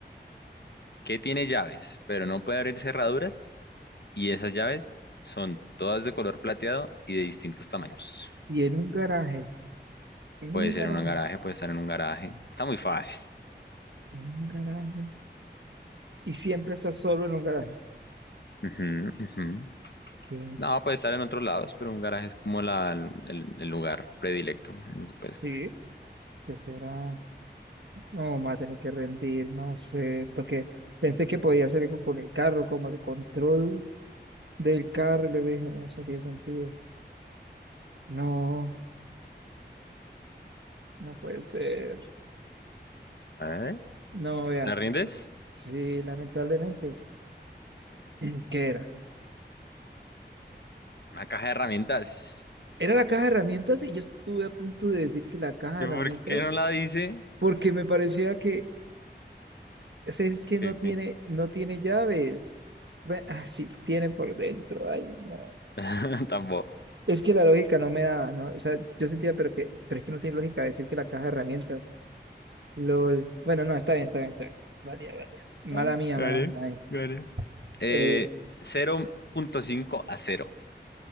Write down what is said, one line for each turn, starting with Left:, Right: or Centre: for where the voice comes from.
Left: ¿Qué tiene llaves? Pero no puede abrir cerraduras y esas llaves son todas de color plateado y de distintos tamaños.
Right: Y en un garaje, en
Left: Puede
Right: un
Left: ser
Right: garaje,
Left: en un garaje, puede estar en un garaje. Está muy fácil.
Right: en un garaje. Y siempre está solo en un garaje.
Left: Ujú, ujú.
Right: ¿Qué?
Left: No, puede estar en otros lados, pero un garaje es como la, el, el lugar predilecto en el que puede
Right: Sí,
Left: estar.
Right: ¿qué será? No, me va a tener que rendir, no sé, porque pensé que podía hacer algo con el carro, como el control. del carro y le dije, no sé qué sentido. No, no puede ser.
Left: A ver,
Right: No, vea.
Left: ¿Te rindes?
Right: Sí, lamentablemente es. <clears throat> ¿Qué era?
Left: Una caja de herramientas.
Right: Era la caja de herramientas y yo estuve a punto de decir que la caja de
Left: ¿Y
Right: herramientas,
Left: por qué no la dice?
Right: porque me parecía que, o sea, es que
Left: Que,
Right: no tiene,
Left: que-
Right: no tiene llaves. Bueno, ah, sí, tiene por dentro. Ay, no.
Left: <laughs> Tampoco.
Right: Es que la lógica no me daba, ¿no? O sea, yo sentía, pero que, pero es que no tiene lógica decir que la caja de herramientas. LOL. Bueno, no, está bien, está bien, está bien. Vale, vale. Mala
Left: Ah,
Right: mía,
Left: gané,
Right: mala mía. ay.
Left: gané. Eh,
Right: Eh,
Left: cero punto cinco a cero.